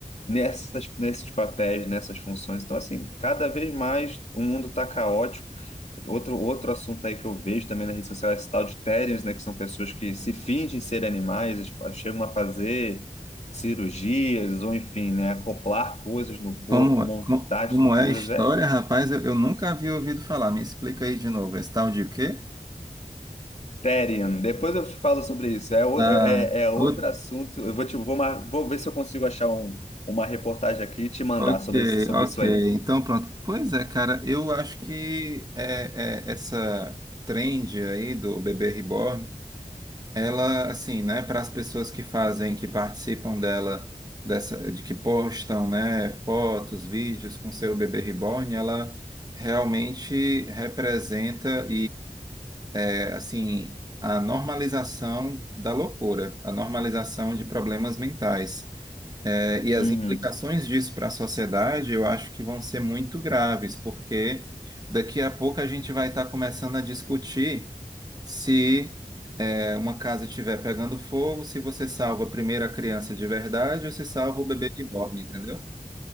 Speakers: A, on the left; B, on the right.
A: nessas, nesses papéis, nessas funções. Então, assim, cada vez mais o mundo está caótico. Outro, outro assunto aí que eu vejo também na rede social é esse tal de Therians, né? Que são pessoas que se fingem ser animais, eles fa- chegam a fazer cirurgias, ou enfim, né? Acoplar coisas no corpo,
B: Como, é-
A: montar
B: co- como
A: estruturas.
B: é a história,
A: É
B: rapaz? Eu, eu nunca havia ouvido falar. Me explica aí de novo. Esse tal de o quê?
A: Therian. Depois eu te falo sobre isso. É, o-
B: Ah,
A: é, é outro
B: o-
A: assunto. Eu vou, te, vou, mar- vou ver se eu consigo achar um, uma reportagem aqui e te mandar
B: ok,
A: sobre, esse- sobre
B: ok.
A: isso aí.
B: Então, pronto. Pois é, cara, eu acho que é, é, essa trend aí do bebê reborn, ela, assim, né, para as pessoas que fazem, que participam dela, dessa, de que postam, né, fotos, vídeos com seu bebê reborn, ela realmente representa é, assim, a normalização da loucura, a normalização de problemas mentais. É, e as
A: Uhum.
B: implicações disso para a sociedade, eu acho que vão ser muito graves, porque daqui a pouco a gente vai estar começando a discutir se é, uma casa estiver pegando fogo, se você salva primeiro a criança de verdade ou se salva o bebê de borne, entendeu?